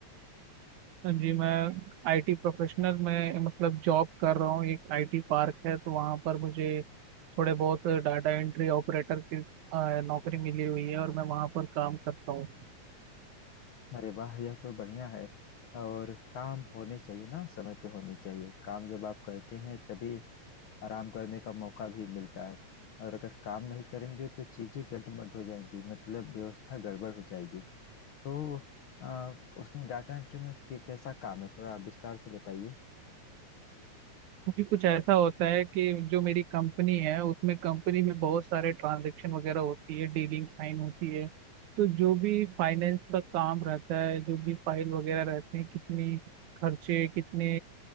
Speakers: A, on the right; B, on the left.
A: जी मैं आईटी प्रोफेशनल में मतलब जॉब कर रहा हूँ एक आईटी पार्क है तो वहाँ पर मुझे थोड़े बहुत डाटा एंट्री ऑपरेटर की अ, नौकरी मिली हुई है और मैं वहाँ पर काम करता हूँ
B: अरे वाह यह तो बढ़िया है और काम होने चाहिए ना समय पे होने चाहिए काम जब आप करते हैं तभी आराम करने का मौका भी मिलता है और अगर काम नहीं करेंगे तो चीजें गड़बड़ हो जाएंगी मतलब व्यवस्था गड़बड़ हो जाएगी तो आ, उसमें डाटा एंट्री में कै- कैसा काम है थोड़ा विस्तार से बताइए
A: जी कुछ ऐसा होता है कि जो मेरी कंपनी है उसमें कंपनी में बहुत सारे ट्रांजैक्शन वगैरह होती है डीलिंग साइन होती है तो जो भी फाइनेंस का काम रहता है जो भी फाइल वगैरह रहते हैं कितनी खर्चे कितने